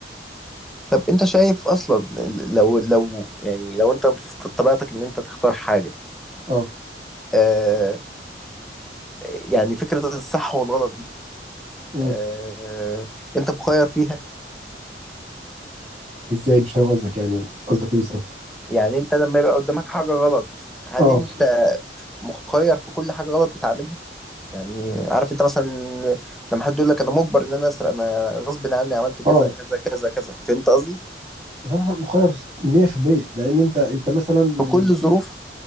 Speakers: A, in the centre; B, on the right.
A: طب انت شايف اصلا لو لو يعني لو انت في طبيعتك ان انت تختار حاجة
B: اه
A: آه يعني فكرة الصح والغلط دي
B: امم
A: آه انت مخير فيها
B: ازاي مش فاهم قصدك يعني قصدك ايه بالظبط
A: يعني انت لما يبقى قدامك حاجة غلط هل
B: اه
A: انت مخير في كل حاجة غلط بتعملها يعني عارف انت مثلا لما حد يقول لك انا مجبر ان انا اسرق انا غصب عني عملت كذا
B: اه
A: كذا كذا كذا فهمت قصدي
B: لا لا لا مخير 100% لان انت انت مثلا
A: في كل
B: في-
A: الظروف